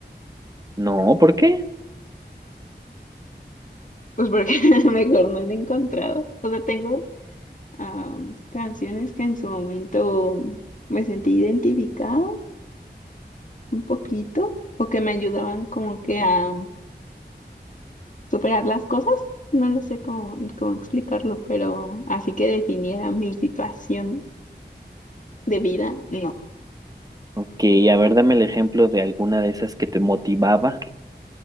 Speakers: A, on the right (about 20°); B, on the left (about 45°).
A: No, ¿por qué?
B: Pues porque <laughs> mejor no lo he encontrado. O sea, tengo am, canciones que en su momento me sentí identificado un poquito o que me ayudaban como que a superar las cosas. No lo sé cómo, cómo explicarlo, pero así que definiera mi situación de vida, no.
A: Ok, a ver, dame el ejemplo de alguna de esas que te motivaba,